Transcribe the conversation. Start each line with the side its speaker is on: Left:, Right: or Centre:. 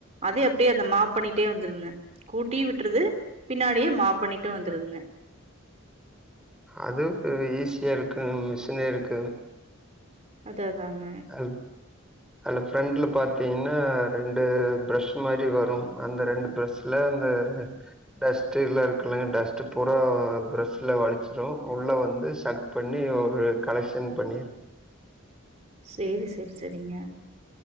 Right: அதே அப்டே அந்த மாப் பண்ணிட்டே வந்துருதுங்க கூட்டி விட்ருது பின்னாடியே மாப் பண்ணிட்டு வந்த்ருதுங்க
Centre: அதுவு ஈஸியா இருக்கு மிஷினேருக்கு
Right: அத அதாங்க
Centre: அ அல்ல ஃப்ரண்ட்ல பாத்தீங்கன்னா ரெண்டு ப்ரஷ் மாரி வரு அந்த ரெண்டு ப்ரஷ் ல அந்த டஸ்ட்டு எல்லா இருக்குலங் டஸ்ட்டு பூரா ப்ரஷ்ல வழிச்சிரு உள்ள வந்து சக் பண்ணி ஒரு கலெக்ஷன் பண்ணிரு
Right: சேரி செரி செரிங்க